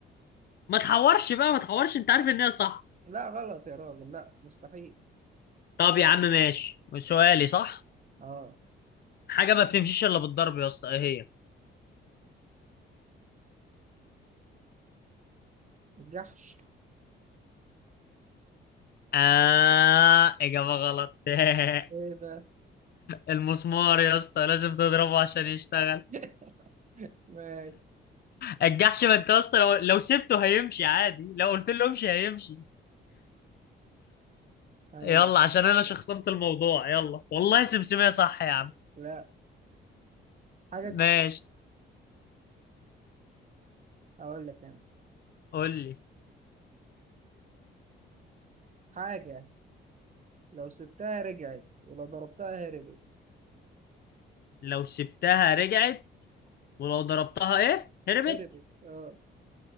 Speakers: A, on the left; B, on the right.
A: ما تحورش بقى ما تحورش انت عارف ان هي صح
B: لا غلط يا راجل لا مستحيل
A: طب يا عم ماشي سؤالي صح
B: اه
A: حاجة ما بتمشيش الا بالضرب يا اسطى ايه هي
B: الجحش
A: آه إجابة غلط <laughs>
B: ايه بقى
A: المسمار يا اسطى لازم تضربه عشان يشتغل
B: <laughs> ماشي
A: الجحش ما انت يا اسطى لو, لو سبته هيمشي عادي لو قلت له امشي هيمشي
B: هقول
A: يلا
B: لك
A: عشان انا شخصنت الموضوع يلا والله سمسمية صح يا عم
B: لا حاجة
A: ماشي
B: هقول لك انا
A: قول لي
B: حاجة لو سبتها رجعت ولو ضربتها هربت
A: لو سبتها رجعت ولو ضربتها ايه هربت
B: هربت اه